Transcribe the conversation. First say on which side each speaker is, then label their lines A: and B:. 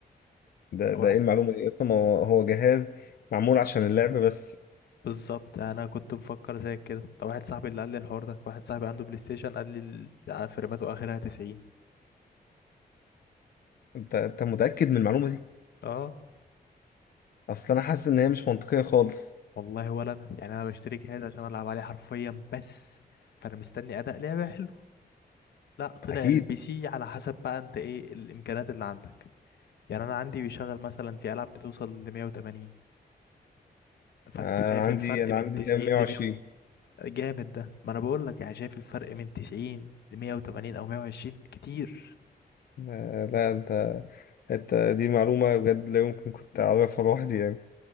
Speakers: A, on the left; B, on the left.
A: ده
B: واحد
A: ده ايه المعلومة دي اصلا ما هو هو جهاز معمول عشان اللعب بس
B: بالظبط انا كنت مفكر زيك كده طب واحد صاحبي اللي قال لي الحوار ده واحد صاحبي عنده بلاي ستيشن قال لي ال- فرماته اخرها 90
A: انت انت متأكد من المعلومة دي
B: اه
A: اصل انا حاسس ان هي مش منطقية خالص
B: والله ولا انا يعني انا بشتري جهاز عشان العب عليه حرفيا بس فانا مستني اداء لعبه حلو لا طلع
A: اكيد
B: البي سي على حسب بقى انت ايه الامكانيات اللي عندك يعني انا عندي بيشغل مثلا في العاب بتوصل ل 180 فانت
A: آه
B: شايف
A: عندي
B: الفرق
A: انا
B: من
A: عندي
B: 90
A: تقريبا 120
B: ل 100 جامد ده ما انا بقول لك يعني شايف الفرق من 90 ل 180 او 120 كتير
A: آه لا انت انت دي معلومه بجد لا يمكن كنت اعرفها لوحدي يعني